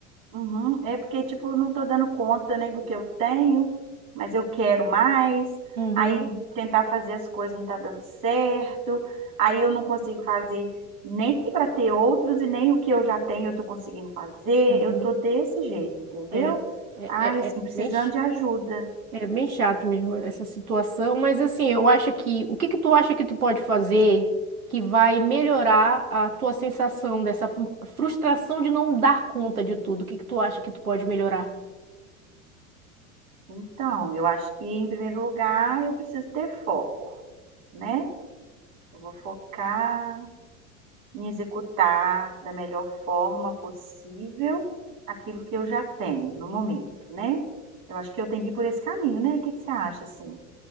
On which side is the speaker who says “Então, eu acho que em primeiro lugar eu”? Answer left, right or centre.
Right